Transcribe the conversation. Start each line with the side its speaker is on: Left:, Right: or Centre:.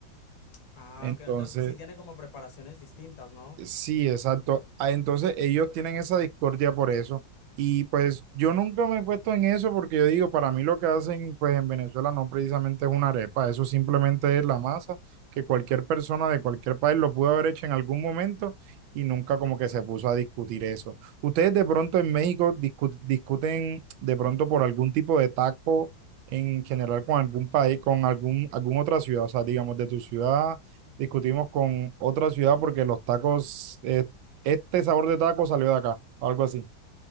Left: Ah,
Right: Entonces,
Left: ok. Entonces sí tiene como preparaciones distintas, ¿no?
Right: Sí, exacto. Ah, Entonces ellos tienen esa discordia por eso. Y pues yo nunca me he puesto en eso porque yo digo, para mí lo que hacen pues en Venezuela no precisamente es una arepa, eso simplemente es la masa que cualquier persona de cualquier país lo pudo haber hecho en algún momento y nunca como que se puso a discutir eso. ¿Ustedes de pronto en México discu- discuten de pronto por algún tipo de taco en general con algún país, con algún, alguna otra ciudad? O sea, digamos de tu ciudad discutimos con otra ciudad porque los tacos, eh, este sabor de taco salió de acá, algo así.